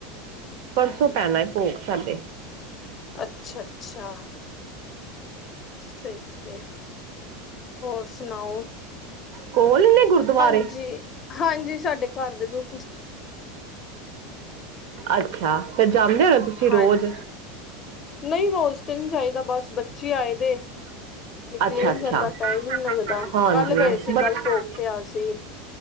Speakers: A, on the right; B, on the left.
A: ਪਰਸੋਂ ਪੈਣਾ ਹੈ ਭੋਗ ਸਾਡੇ
B: ਅੱਛਾ ਅੱਛਾ ਅੱਛਾ ਸਹੀ ਹੈ ਹੋਰ ਸੁਣਾਓ
A: ਕੋਲਦੇ ਗੁਰਦੁਆਰੇ
B: ਹਾਂਜੀ ਹਾਂਜੀ ਸਾਡੇ ਘਰ ਦੇ ਬਿਲੁਲ
A: ਅੱਛਾ ਤੇ ਜਾਂਦੇ ਹੋ ਨਾ ਤੁਸੀਂ
B: ਹਾਂਜੀ
A: ਰੋਜ਼
B: ਨਹੀਂ ਰੋਜ਼ ਤੇ ਨਹੀਂ ਚਾਹੀਦਾ ਬਸ ਬੱਚੇ ਆਏ ਦੇ ਔਰ ਨਿਕਲਿਆਨ
A: ਅੱਛਾ ਅੱਛਾ
B: ਜਾਂਦਾ ਟਾਈਮ ਹੀ ਨਹੀਂ ਲੱਗਦਾ
A: ਹਾਂਜੀ
B: ਕੱਲ ਗਏ ਸੀ
A: ਬ
B: ਕੱਲ ਭੋਗ ਪਿਆ ਸੀ